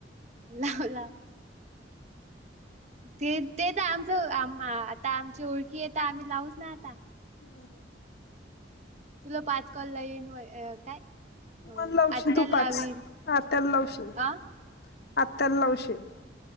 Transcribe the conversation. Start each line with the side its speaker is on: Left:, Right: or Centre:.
Right: लाव-लाव. ते-ते त आमचं आम- आता आमची ओळखी आहे तर आम्ही लावूच ना आता!
Left: हम्म.
Right: तुला पाच कॉल लावीन वय, अ काय? अ
Left: मल लावशील
Right: आत्याला
Left: तू पाच,
Right: लावीन.
Left: आत्याला लावशील,
Right: अ
Left: आत्याला लावशील.